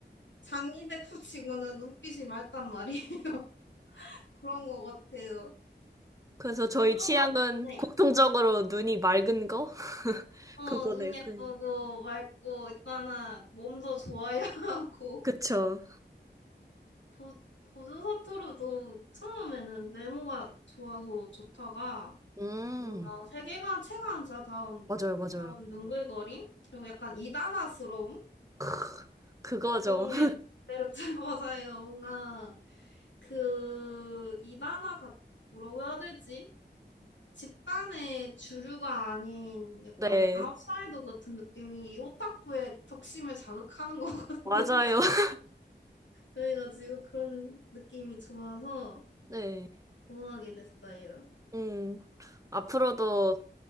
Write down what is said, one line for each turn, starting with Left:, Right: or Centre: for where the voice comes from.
Left: 장이백수 치고는 눈빛이 맑단 말이에요. <laughs> 그런 것 같아요.
Right: 그래서 저희
Left: 구조사
Right: 취향은
Left: 네.
Right: 공통적으로 눈이 맑은 거 <laughs>
Left: 어,
Right: 그거네요.
Left: 눈 예쁘고
Right: 네.
Left: 맑고 일단은 몸도 좋아야 <laughs> 하고
Right: 그쵸.
Left: 고, 고조사투로도 처음에는 외모가 좋아서 좋다가
Right: 음.
Left: 뭔가 세계관 체감사 다운
Right: 맞아요, 맞아요.
Left: 다운 눈글거림 그리고 약간 이단아스러움
Right: 크, 그거죠.
Left: 그런
Right: <laughs>
Left: 게 매력적 <laughs> 맞아요. 뭔가 그 이단아가 뭐라고 해야 되지? 집단의 주류가 아닌 약간
Right: 네.
Left: 아웃사이더 같은 느낌이 이 오타쿠의 적심을 자극하는 <laughs> 거거든요,
Right: 맞아요.
Left: 솔직히.
Right: <laughs>
Left: 저희가 지금 그런 느낌이 좋아서
Right: 네.
Left: 좋아하게 됐어요.
Right: 음. 앞으로도